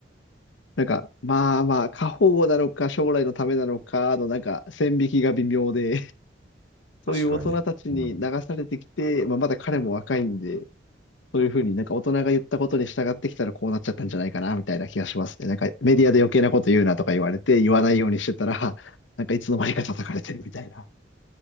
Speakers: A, on the left; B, on the right.
A: <laughs> なんかまあまあ、過保護なのか将来のためなのかのなんか線引きが微妙で、<laughs> そういう大人たちに流されてきて、
B: 確かに。うん。
A: まあまだ彼も若いんで、そういうふうになんか大人が言ったことに従ってきたらこうなっちゃったんじゃないかな、みたいな気がしますね。なんかメディアで余計なこと言うなとか言われて、言わないようにしてたら、<laughs> なんかいつの間にか叩かれてるみたいな。